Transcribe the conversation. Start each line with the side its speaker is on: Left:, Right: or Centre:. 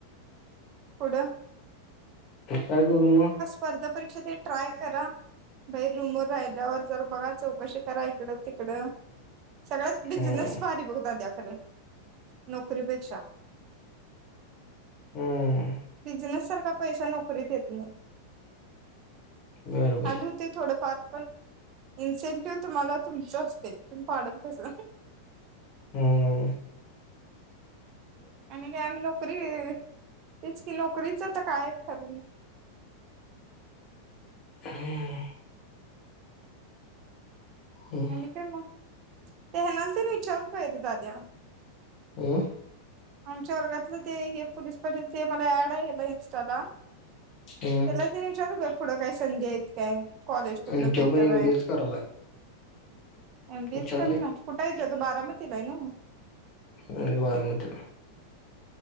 Right: पुडं
Left: काय करु मग.
Right: स्पर्धा परीक्षा ते ट्राय करा. भैर रूमवर रायद्यावर जरा बघा चौकशी करा इकड तिकडं सगळ्यात बिझनेस
Left: हम्म.
Right: फारी बघ दद्याकडे नोकरीपेक्षा
Left: हम्
Right: बिझनेस सारखा पैसा नोकरीत येत नाही
Left: बरं बरं
Right: आ ते थोडंफार पण इन्सेंटिव्ह तुम्हाला तुमच असते पन पाडत तस.
Left: हम
Right: आणि का आम्ही नोकरी तेच कि नोकरीच तर काय खरं नाही
Left: हम्म हम्म.
Right: आणि काय मग ते कोणाला विचारून काय एकदा दाद्या.
Left: हम
Right: आमच्या वर्गातलं ते हे पुलिस पाटील ते मला ऍड आहे इन्स्टाला
Left: हम्म.
Right: त्याला ते विचारू का पुढं काही संध्या आहे त काय कॉलेज कुठलं
Left: आणि
Right: बेटर
Left: तो पण एम
Right: आहे.
Left: बी एच करायलाय
Right: एम बीएच
Left: विचारले
Right: करा
Left: की
Right: ना कुठ आहे ते बारावीत हाय ना
Left: होय बारावीत